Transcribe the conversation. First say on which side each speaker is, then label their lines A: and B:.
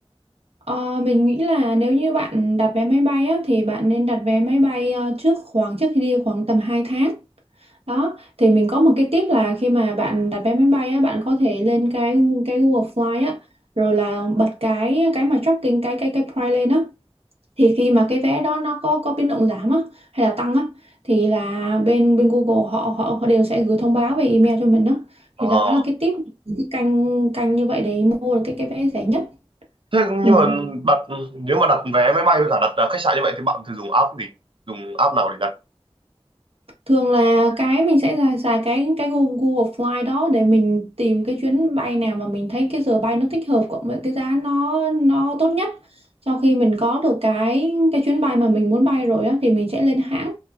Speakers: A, on the right; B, on the right.
A: Ờ, mình nghĩ là nếu như bạn đặt vé máy bay á, thì bạn nên đặt vé máy bay ờ, trước khoảng trước khi đi khoảng tầm 2 tháng Đó, thì mình có một cái tip là khi mà bạn đặt vé máy bay á, bạn có thể lên cái cái Google Fly á, rồi là bật cái cái mà tracking cái cái cái price lên á. Thì khi mà cái vé đó nó có có biến động giảm á hay là tăng á thì là bên bên Google họ họ họ đều sẽ gửi thông báo về email cho mình đó. Thì
B: Ờ.
A: đó là cái tip cái canh canh như vậy để mua được cái cái vé rẻ nhất.
B: Thế nhưng
A: Ừ.
B: mà đặt nếu mà đặt vé máy bay với cả đặt à, khách sạn như vậy thì bạn thường dùng app gì? Dùng app nào để đặt?
A: Thường là cái mình sẽ ra- xài cái cái Google Google Fly đó để mình tìm cái chuyến bay nào mà mình thấy cái giờ bay nó thích hợp cộng với cái giá nó nó tốt nhất. Sau khi mình có được cái cái chuyến bay mà mình muốn bay rồi á thì mình sẽ lên hãng